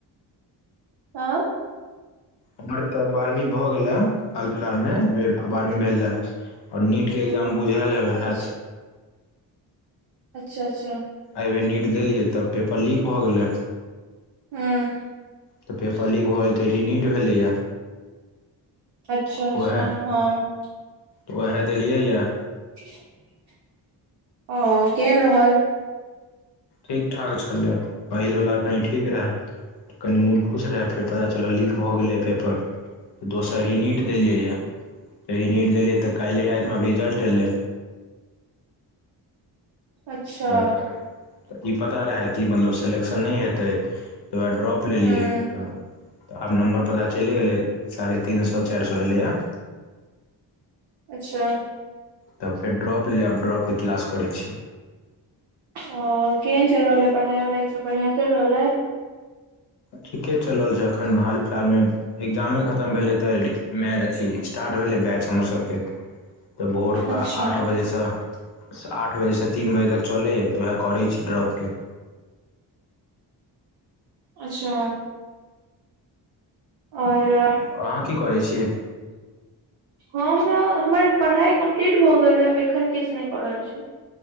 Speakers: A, on the right (about 60°); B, on the left (about 60°).
A: हॉंऽ?
B: हम्मर तऽ बारहवीं भए गेला, हाल फिलहाल में भेल बारहवीं भेला। और नीट के एग्जाम बुझल हेबे
A: अच्छा
B: हैत?
A: अच्छा अच्छा।
B: एइ बेेर नीट देलियैं तऽ पेपर लीक भऽ गेलैय।
A: ह्म्म।
B: तऽ पेपर लीक भऽ जेतैय रीनीट भेलैया।
A: अच्छा अच्छा
B: उएह
A: हाॅं।
B: तऽ ओहैऽ देलियैयाऽ।
A: <unintelligible> ओ केहेन रहल?
B: ठीक ठाक छलै, पहिलवला कनि ठीक रहैऽ। कनि मुन खुश रहय, फेर पता चलल लीक भऽ गेलैय पेपर। तऽ दोसर रिनीट देलियैए, तऽ रिनिट देलियै तऽ काल्हिए रातिमे रिजल्ट एलैय।
A: अच्छा
B: तऽ-तऽ ई पता रहय कि मतलब सेलेक्शन नहि हेतैय। तइऽ दुआए ड्रॉप लेलीयैय।
A: हूँ
B: तऽ आब नम्बर पता चैले गेलैय साढ़े तीन सौ चारि सौ एलैया।
A: अच्छा।
B: तब फेर ड्रॉप ले, आब ड्रॉप के क्लास करैं छी।
A: अऽ केहेन चैल रहल अइ पढ़ाई वढ़ाई सब बढ़िया चैल रहल अइ?
B: ठीके चल रहल छै एखन हाल फिलहाल मे, एकग्जामें खत्म भेलैय। तऽ-मैं-अथी स्टार्ट भेलै बैंच हमर सबके। तऽ भोरक
A: अच्छा
B: आठ बजे सऽ आठ बजेसँ तीन बजे तक चलैयैऽ, तऽ ओहैऽ करै छी ड्रॉप के।
A: अच्छा। औरऽ?
B: आ अहाँ की करै छीय?
A: हम न हमर पढ़ाइ कम्प्लीट भऽ ग- एलैय आब एखन किछ नहि कर रहल छी।